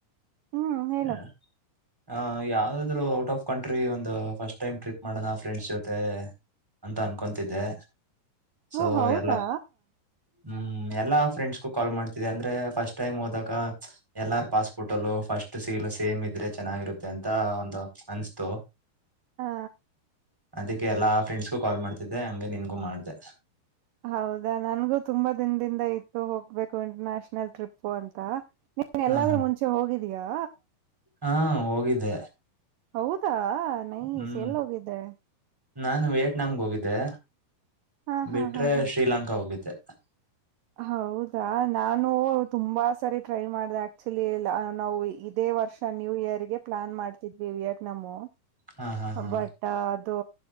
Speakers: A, on the right; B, in the centre.
A: ಹ್ಮ್ ಹೇಳು
B: ಹ ಹ ಯಾವಾರಾದ್ರು ಔಟ್ ಆಫ್ ಕಂಟ್ರಿ ಒಂದು ಫಸ್ಟ್ ಟೈಮ್ ಟ್ರಿಪ್ ಮಾಡೋಣ ಫ್ರೆಂಡ್ಸ್ ಜೊತೆ ಅಂತ ಅನ್ಕೊತಿದ್ದೆ ಸೊ
A: ಓ ಹೌದಾ
B: ಎಲ್ಲ ಹ್ಮ್ ಎಲ್ಲ ಫ್ರೆಂಡ್ಸ್ಗೂ ಕಾಲ್ ಮಾಡ್ತಿದೆ ಅಂದ್ರೆಫಸ್ಟ್ ಟೈಮ್ ಹದಕ್ ಎಲ್ಲಾರ್ ಪಾಸ್ಪೋರ್ಟ್ ಅಲ್ಲೂ ಫಸ್ಟ್ ಸೀಲ್ ಸೇಮ್ ಇದ್ರೆ ಚೆನ್ನಾಗಿರುತ್ತೆ ಅಂತ ಒಂದು ಅನ್ಸ್ತು ಹ
A: ಹಾ
B: ಅದಕ್ಕೆ ಎಲ್ಲಾ ಫ್ರೆಂಡ್ಸ್ಗೂ ಕಾಲ್ ಮಾಡ್ತಿದ್ದೆ ಹಂಗಗೆ ನಿನ್ಗೂ ಮಾಡ್ದ
A: ಹೌದಾ ನನ್ಗೂ ತುಂಬಾ ದಿನದಿಂದ ಇತ್ತು ಹೋಗ್ಬೇಕು ಇಂಟರ್ ನ್ಯಾಷನಲ್ ಟ್ರಿಪ್ ಪ್ಪೋ ಅಂತ ನೀ ಎಲ್ಲಾದ್ರೂ
B: ಹ ಹ
A: ಮುಂಚೆ ಹೋಗಿದೀಯಾ
B: ಹಾ ಹೋಗಿದ್ದೆ
A: ಹೌದಾ ನೈ
B: ಹ್ಮ್
A: ಸೇಲ್ ಹೋಗಿದ್ದೆ
B: ನಾನು ವಿಯೆಟ್ನಾಮ್ಗೆ ಹೋಗಿದ್ದೆ
A: ಹಾ
B: ಬಿಟ್ರೆ
A: ಹಾ ಹಾ ಹಾ
B: ಶ್ರೀಲಂಕಾ ಹೋಗಿದ್ದೆ
A: ಹೌದಾ ನಾನು ತುಂಬಾ ಸರಿ ಟ್ರೈ ಮಾಡಿದೆ ಆಕ್ಚುಲಿ ನಾವು ಇದೇ ವರ್ಷ ನ್ಯೂ ಇಯರ್ಗೆ ಪ್ಲ ಪನ್ ಮಾಡ್ತಿದ್ವಿಯಕ್ ನಮ್ಮ
B: ಹಾ ಹಾ ಹಾ
A: ಬಟ್ ಇದು